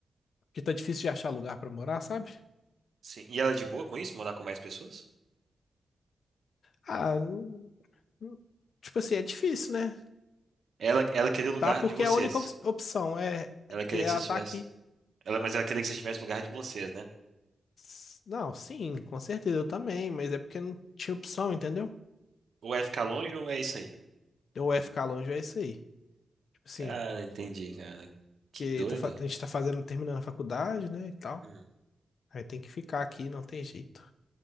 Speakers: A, on the left; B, on the right.
A: Porque tá difícil de achar lugar pra morar, sabe?
B: Sim. E ela é de boa com isso, morar com mais pessoas?
A: Ah, não- não- tipo assim, é difícil, né?
B: Ela, ela queria o lugar
A: Tá? Porque
B: de vocês.
A: é a única op- opção. É,
B: Ela
A: é porque
B: queria
A: ela
B: que vocês
A: tá
B: tivessem.
A: aqui.
B: Ela, mas ela queria que vocês tivessem o lugar de vocês, né?
A: S- Não, sim, com certeza eu também, mas é porque não tinha opção, entendeu?
B: Ou é ficar longe ou é isso aí.
A: Ou é ficar longe, ou é isso aí. Tipo assim,
B: Cara, entendi, cara. Que
A: que
B: doido.
A: tá, fa- a gente tá fazendo, terminando a faculdade, né, e tal.
B: Hum.
A: Aí tem que ficar aqui, não tem jeito.